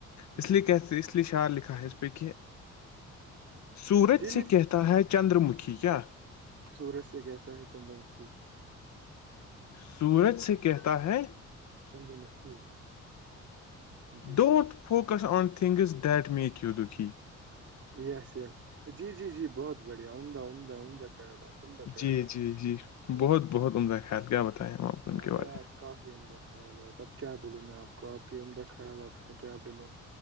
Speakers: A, on the left; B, on the right.
A: اس
B: جی
A: لیے
B: جی
A: کہ ا اس لیے شعر لکھا ہے کہ سورج
B: جی لے
A: سے کہتا ہے چندر مکھی کیا
B: سورج سے کہتا ہے چندر مکھی
A: سورج سے کہتا ہے
B: Chandramukhi ji
A: don't focus on things that make you دکھیی
B: یس یس جی جی جی بہت بڑھیا عمدہ عمدہ عمدہ خیالات عمدہ خیالات
A: جی جی جی بہت بہت عمدہ خیال کیا بتائیں ہم آپ کو ان کے
B: اگے
A: بارے
B: یار کافی عمدہ خیالات اب کیا بولوں میں آپ کو آپ کی عمدہ خیالات کا کیا بولوں